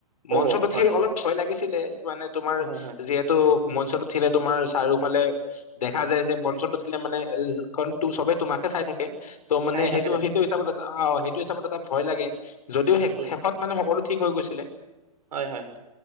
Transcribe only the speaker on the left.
মঞ্চটো
থিয় অলপ ভয় লাগিছিলে। মানে তোমাৰ
যিহেতু মঞ্চত উঠিলে তোমাৰ চাৰিওফালে দেখা যায় যে মঞ্চত উঠিলে মানে <unintelligible> তো চবে তোমাকে চাই থাকে ত' মানে
সেইটো
সেইটো হিচাপত এটা অ সেইটো হিচাপত এটা ভয় লাগে, যদিও শে
শেষত মানে সকলো ঠিক হৈ গৈছিলে।